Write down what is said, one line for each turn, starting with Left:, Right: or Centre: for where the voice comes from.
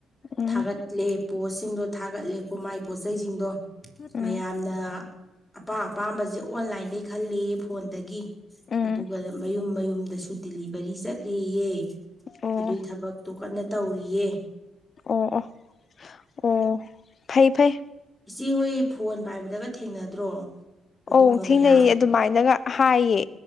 Left: ꯎꯝ
Centre: ꯊꯥꯒꯠꯂꯦ ꯄꯣꯠꯁꯤꯡꯗꯣ ꯊꯥꯒꯠꯂꯦꯀꯣ ꯃꯥꯏ ꯄꯣꯠꯆꯩꯁꯤꯡꯗꯣ
Left: ꯎꯝ
Centre: ꯃꯌꯥꯝꯅ ꯑꯄꯥꯝ ꯑꯄꯥꯝꯕꯁꯦ ꯑꯣꯟꯂꯥꯏꯟꯗꯒꯤ ꯈꯜꯂꯦꯌꯦ ꯐꯣꯟꯗꯒꯤ
Left: ꯎꯝ
Centre: ꯑꯗꯨꯒ ꯃꯌꯨꯝ ꯃꯌꯨꯝꯗꯁꯨ ꯗꯤꯂꯤꯚꯔꯤ ꯆꯠꯂꯦꯌꯦ
Left: ꯑꯣ
Centre: ꯑꯗꯨꯏ ꯊꯕꯛꯇꯣ ꯀꯟꯅ ꯇꯧꯔꯤꯌꯦ
Left: ꯑꯣ ꯑꯣ ꯑꯣ ꯐꯩ ꯐꯩ
Centre: ꯏꯆꯦꯍꯣꯏ ꯐꯣꯟ ꯄꯥꯏꯕꯗꯒ ꯊꯦꯡꯅꯗ꯭ꯔꯣ ꯑꯗꯨꯝꯕ
Left: ꯑꯣ ꯊꯦꯡꯅꯩꯌꯦ
Centre: ꯃꯌꯥꯝ
Left: ꯑꯗꯨꯃꯥꯏꯅꯒ ꯍꯥꯏꯌꯦ